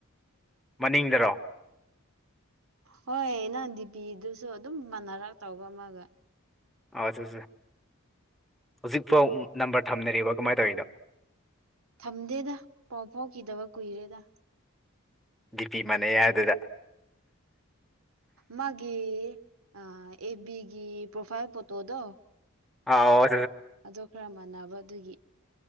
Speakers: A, in the centre; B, on the right.
A: ꯃꯅꯤꯡꯗꯔꯣ
B: ꯍꯣꯏ ꯅꯪ ꯗꯤꯄꯤꯗꯨꯁꯨ ꯑꯗꯨꯝ ꯃꯥꯟꯅꯔꯞ ꯇꯧꯕ ꯑꯃꯒ
A: ꯑꯆꯥꯆꯥ ꯍꯨꯖꯤꯛꯐꯥꯎ ꯅꯝꯕꯔ ꯊꯝꯅꯔꯤꯕ ꯀꯃꯥꯏ ꯇꯧꯔꯤꯅꯣ
B: ꯊꯝꯗꯦꯗ ꯄꯥꯎ ꯐꯥꯎꯈꯤꯗꯕ ꯀꯨꯏꯔꯦꯗ
A: ꯗꯤꯄꯤ ꯃꯥꯟꯅꯩ ꯍꯥꯏꯗꯨꯗ
B: ꯃꯥꯒꯤ ꯑꯥ ꯑꯦꯐꯕꯤꯒꯤ ꯄ꯭ꯔꯣꯐꯥꯏꯜ ꯄꯣꯇꯣꯗꯣ
A: ꯑꯧ
B: ꯑꯗꯣ ꯈꯔ ꯃꯥꯟꯅꯕ ꯑꯗꯨꯒꯤ